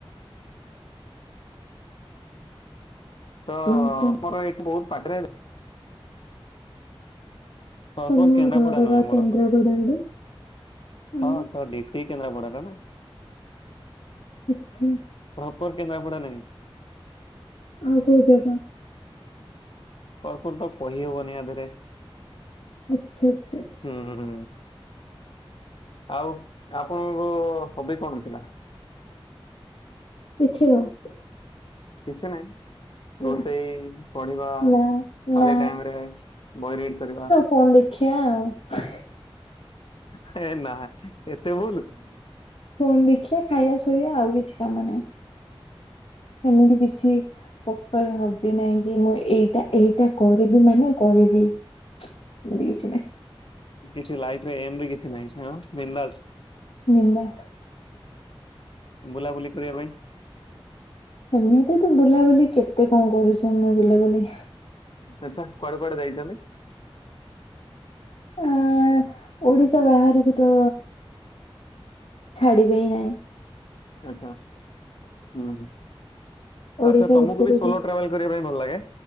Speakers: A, on the left; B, on the left.
A: ତ
B: ଆଉ କଣ
A: ମୋର ଏଇଠି ବହୁତ୍ ପାଖରେ <unintelligible>
B: ତମ
A: କେନ୍ଦ୍ରାପଡ଼ା
B: ଘର
A: ନୁହେଁ
B: ବା
A: ମୋର
B: କେନ୍ଦ୍ରାପଡା ଆଡେ? ଆଉ
A: ହଁ ତ ଡିସ୍ ଟି କେନ୍ଦ୍ରାପଡ଼ାଟାନା।
B: ଆଚ୍ଛା।
A: ପ୍ରପର କେନ୍ଦ୍ରାପଡ଼ା ନାଇଁ।
B: ଆଉ କୋଉ ଜାଗା?
A: କରପରତ କହି ହବନି ଆଧରେ।
B: ଆଚ୍ଛା ଆଚ୍ଛା ଆଚ୍ଛା।
A: ହୁଁ ହୁଁ ଆଉ ଆପଣଙ୍କ ହବି କଣ ଥିଲା?
B: କିଛି ନୁହଁ।
A: କିଛି ନାହିଁ। ରୋଷେଇ
B: ନା
A: ପଢ଼ିବା
B: ନା
A: ଖାଲି
B: ନା
A: ଟାଇମରେ ବହି ରିଡ଼ କରିବା?
B: ଫୋନ୍ ଦେଖିଆ ଆଉ।
A: ହେନା ଏତେ ଭୁଲୁ।
B: ଫୋନ୍ ଦେଖିଆ ଖାଇଆ ଶୋଇଆ ଆଉ କିଛି କାମ ନାହିଁ। ସେମିତି କିଛି କ ପର ହବି ନାଇଁକି ମୁଁ ଏଇଟା ଏଇଟା କରିବି ମାନେ କରିବି। ସେମିତି କିଛି ନାହିଁ।
A: କିଛି ଲାଇଫରେ ଏମବି କିଛି ନାହିଁ ହାଁ ବିନ୍ଦାସ୍।
B: ବିନ୍ଦାସ
A: ବୁଲାବୁଲି କରିଆ ପାଇଁ।
B: ସେମିତିତ ବୁଲାବୁଲି କେତେ କଣ କରୁଚେ ଆମେ ବୁଲାବୁଲି।
A: ଆଚ୍ଛା କୁଆଡ଼େ କୁଆଡ଼େ ଯାଇଚନ୍ତି।
B: ଆ ଓଡ଼ିଶା ବାହାରକୁତ ଛାଡ଼ିବେହି ନାଇଁ।
A: ଆଚ୍ଛା ହଁ
B: ଓଡିଶା
A: ଆଚ୍ଛା ତମକୁବି
B: ଭିତରେ
A: ସୋଲୋ
B: ବି
A: ଟ୍ରାଭେଲ କରିବା ପାଇଁ ଭଲ ଲାଗେ?